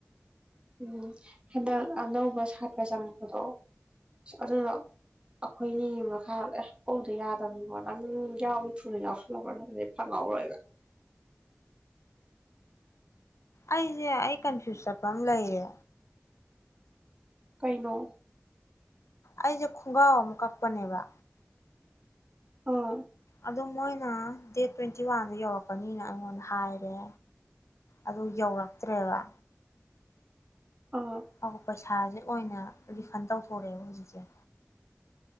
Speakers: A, on the right (about 20°); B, on the left (about 75°).
A: ꯎꯝ ꯍꯟꯗꯛ ꯑꯅꯧꯕ ꯁꯥꯇ꯭ꯔ ꯆꯪꯕꯗꯣ ꯑꯗꯨꯗꯣ ꯑꯩꯈꯣꯏꯅꯤ ꯃꯈꯥꯍꯧꯗ ꯌꯥꯗꯕꯣ ꯅꯪ ꯌꯥꯎꯏ ꯊꯨꯅ ꯌꯥꯎꯁꯜꯂꯕ꯭ꯔꯣ ꯍꯥꯏꯕꯗꯤ ꯐꯪꯍꯧꯔꯣꯏꯕ
B: ꯑꯩꯁꯦ ꯑꯩ ꯀꯟꯐ꯭ꯌꯨꯁ ꯆꯠꯄ ꯑꯃ ꯂꯩꯔꯦ
A: ꯀꯩꯅꯣ
B: ꯑꯩꯁꯦ ꯈꯣꯡꯒ꯭ꯔꯥꯎ ꯑꯃ ꯀꯛꯄꯅꯦꯕ
A: ꯑ
B: ꯑꯗꯨ ꯃꯣꯏꯅ ꯗꯦꯠ ꯇ꯭ꯋꯦꯟꯇꯤ ꯋꯥꯟꯗ ꯌꯧꯔꯛꯀꯅꯤꯅ ꯑꯩꯉꯣꯟꯗ ꯍꯥꯏꯔꯦ ꯑꯗꯨ ꯌꯧꯔꯛꯇ꯭ꯔꯦꯕ
A: ꯑ
B: ꯑꯧ ꯄꯩꯁꯥꯁꯦ ꯑꯣꯏꯅ ꯔꯤꯐꯟ ꯇꯧꯊꯣꯔꯛꯑꯦꯕ ꯍꯧꯖꯤꯛꯁꯦ